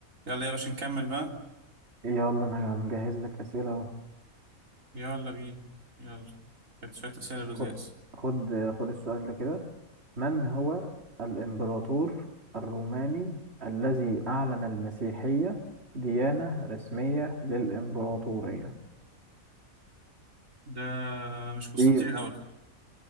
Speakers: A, on the right; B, on the right.
A: يلا يا باشا نكمل بقى
B: يلا انا مجهز لك اسئله اهو
A: يلا بينا يلا كانت شوية أسئلة لزاز
B: خد خد خد السؤال ده كده من هو الامبراطور الروماني الذي اعلن المسيحيه ديانه رسميه للامبراطوريه
A: ده مش قسطنطين
B: دي
A: الأول